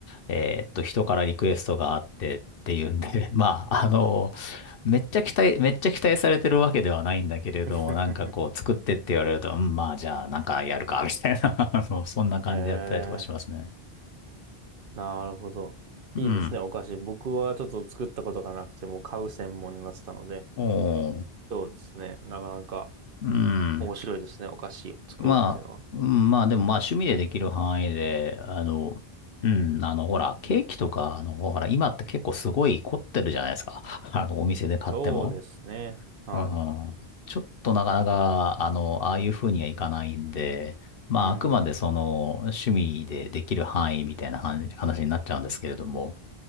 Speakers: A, on the left (about 65°); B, on the right (about 60°).
A: えーっと、人からリクエストがあってっていうんで、<laughs> まあ、あの、めっちゃ期待、めっちゃ期待されてるわけではないんだけれども、
B: <laughs>
A: なんかこう、作ってって言われると、うん、まあ、じゃあ、なんかやるか、みたいな、<laughs> あの、そんな感じでやったりとかしますね。
B: へえ。なるほど。
A: うん。
B: いいですね、お菓子。僕はちょっと作ったことがなくて、もう買う専門になってたので、
A: おー。
B: そうですね。なかなか
A: うん。
B: 面白いですね、お菓子を作るっていうのは。
A: まあ、うん、まあ、でもまあ、趣味でできる範囲で、あの、うん、あの、ほら、ケーキとか、あの、ほら、今って結構すごい凝ってるじゃないですか。<laughs> あの、お店で買っても。
B: そうですね。は
A: うんちょっとなかなか、あの、ああいう風にはいかないんで、まあ、
B: い。うん。
A: あくまでその、趣味でできる範囲みたいな話話になっちゃうんですけれども、